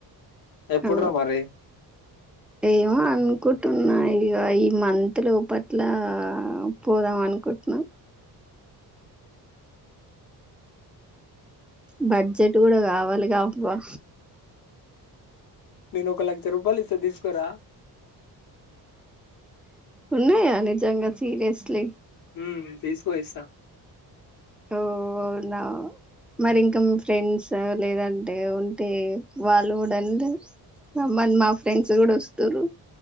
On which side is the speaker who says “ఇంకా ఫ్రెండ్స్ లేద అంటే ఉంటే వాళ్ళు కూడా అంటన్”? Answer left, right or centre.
Centre